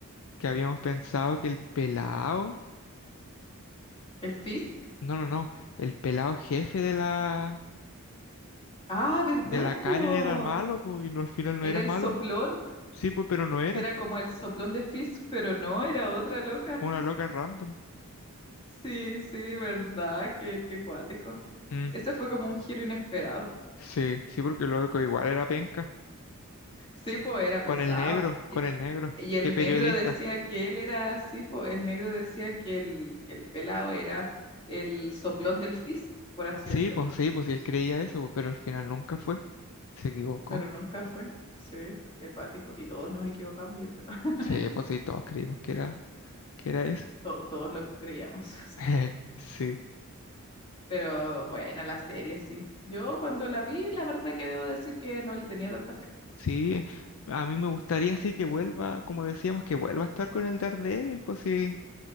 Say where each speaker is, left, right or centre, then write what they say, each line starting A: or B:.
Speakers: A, on the left; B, on the left.
A: que habíamos pensado que el pelado.
B: ¿El Fizz?
A: No, no, no. El pelado jefe de la.
B: Ah, ¿verdad,
A: De la Karen
B: po?
A: era malo, pues, y no, al final no
B: Era
A: era
B: el
A: malo.
B: soplón,
A: Sí, pues, pero no era.
B: que era como el soplón de Fizz, pero no, era otra loca.
A: Una loca random.
B: Sí, sí, ¿verdad? Qué, qué cuático.
A: Mm,
B: Ese fue como un giro inesperado.
A: sí, sí, porque el loco igual era penca.
B: Sí, po, era pesado.
A: Con el negro,
B: Y,
A: con el negro.
B: y el
A: Qué periodista.
B: negro decía que él era así, po. El negro decía que el, que el pelado era el soplón del Fizz, por así
A: Sí,
B: decirlo.
A: pues sí, pues sí, él creía eso, pues, pero al final nunca fue. Se equivocó.
B: Pero nunca fue. Sí, qué cuático. Y todos nos equivocamos, yo creo. <laughs>
A: Sí, pues sí, todos creímos que era, que era ese.
B: To- todos lo creíamos.
A: <laughs> Sí,
B: Pero bueno, la serie sí. Yo cuando la vi, la verdad que debo decir que no le tenía tanta fe.
A: sí. A mí me gustaría sí que vuelva, como decíamos, que vuelva a estar con el Daredevil, pues sí.